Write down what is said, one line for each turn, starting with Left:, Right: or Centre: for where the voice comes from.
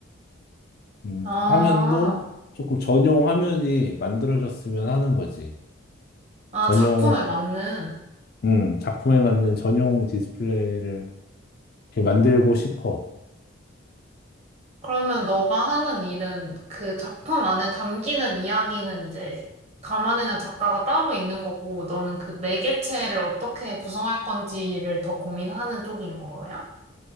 Left: 음,
Right: 아,
Left: 화면도 조금 전용 화면이 만들어졌으면 하는 거지.
Right: 아,
Left: 전용
Right: 작품에 맞는.
Left: 음, 작품에 맞는 전용 디스플레이를 이렇게 만들고 싶어.
Right: 그러면 너가 하는 일은 그 작품 안에 담기는 이야기는 이제 담아내는 작가가 따로 있는 거고, 너는 그 매개체를 어떻게 구성할 건지를 더 고민하는 쪽인 거야?